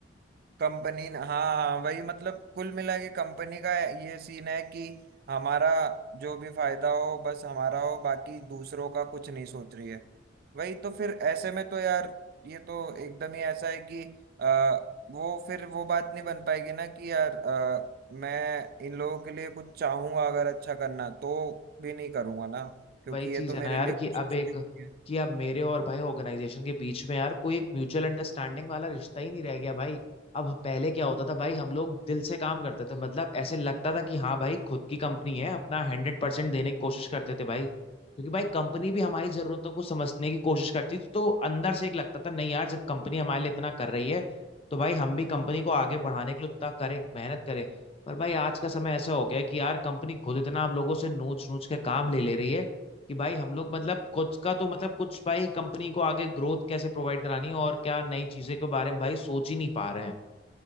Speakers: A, on the right; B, on the left.
A: कंपनी हाँ हाँ वही मतलब कुल मिला के कंपनी का ये सीन है कि हमारा जो भी फायदा हो बस हमारा हो बाकी दूसरों का कुछ नहीं सोच रही है वही तो फिर ऐसे में तो यार ये तो एकदम ही ऐसा है कि आ, वो फिर वो बात नहीं बन पाएगी ना कि यार अ, मैं इन लोगों के लिए कुछ चाहूंगा अगर अच्छा करना तो भी नहीं करूंगा ना क्योंकि
B: वही चीज
A: ये तो
B: है
A: मेरे
B: ना यार
A: लिए
B: कि
A: कुछ
B: अब
A: सोचते
B: एक
A: ही नहीं है।
B: कि अब मेरे और भाई ऑर्गेनाइजेशन के बीच में यार कोई एक म्यूचुअल अंडरस्टैंडिंग वाला रिश्ता ही नहीं रह गया भाई अब पहले क्या होता था भाई हम लोग दिल से काम करते थे मतलब ऐसे लगता था कि हाँ भाई खुद की कंपनी है अपना हंड्रेड परसेंट देने की कोशिश करते थे भाई क्योंकि भाई कंपनी भी हमारी जरूरतों को समझने की कोशिश करती थी तो अंदर से एक लगता था नहीं यार जब कंपनी हमारे लिए इतना कर रही है तो भाई हम भी कंपनी को आगे बढ़ाने के लिए उतना करें मेहनत करें पर भाई आज का समय ऐसा हो गया है कि यार कंपनी खुद इतना हम लोगों से नोच नोच के काम ले ले रही है कि भाई हम लोग मतलब कुछ का तो मतलब कुछ भाई कंपनी को आगे ग्रोथ कैसे प्रोवाइड करानी है और क्या नई चीजें के बारे में भाई सोच ही नहीं पा रहे हैं